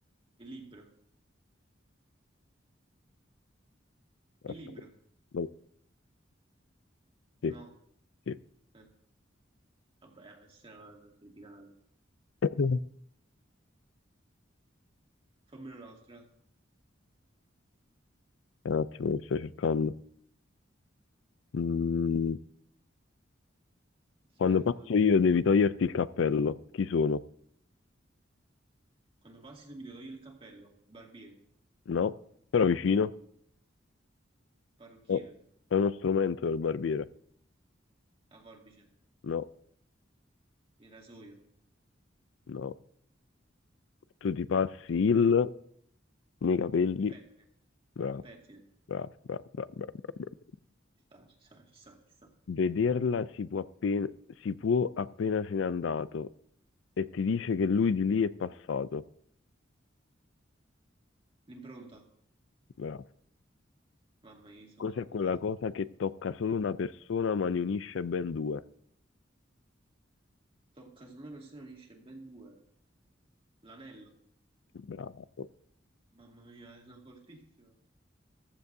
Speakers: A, on the right (about 30°); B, on the left (about 75°).
A: libro. Il
B: Aspetta.
A: libro.
B: No, Sì,
A: No.
B: sì.
A: Eh, vabbè, questa è una, una cretinata.
B: Eh,
A: Fammene un'altra.
B: Un attimo che sto cercando. Mm,
A: Aspetta,
B: quando passo
A: me ne
B: io
A: trovo.
B: devi toglierti il cappello. Chi sono?
A: Quando passi tu mi devi togliere il cappello, il barbiere, il
B: No. Però vicino?
A: parrucchiere,
B: No. È uno strumento del barbiere.
A: la forbice,
B: No,
A: il rasoio,
B: no. Tu ti passi il...
A: il
B: nei capelli.
A: pettine,
B: bravo,
A: il pettine.
B: bravo, bravo, bravo, bravo, bravo. bravo.
A: Ci sta, ci sta, ci sta, ci sta.
B: Vederla si può appena, si può appena se n'è andato e ti dice che lui di lì è passato.
A: L'impronta.
B: Bravo.
A: Mamma mia, sono
B: Cos'è
A: troppo
B: quella
A: forte.
B: cosa che tocca solo una persona ma ne unisce ben due?
A: Tocca su una persona e unisce ben due. L'anello.
B: Bravo.
A: Mamma mia, sono fortissimo.